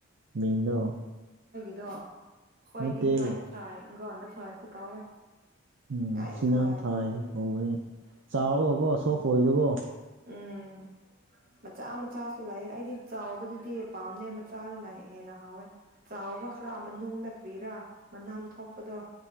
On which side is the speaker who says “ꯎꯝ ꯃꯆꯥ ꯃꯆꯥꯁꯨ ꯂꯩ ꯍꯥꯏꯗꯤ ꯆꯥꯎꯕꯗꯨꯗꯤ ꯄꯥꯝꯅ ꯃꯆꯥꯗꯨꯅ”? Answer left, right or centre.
Right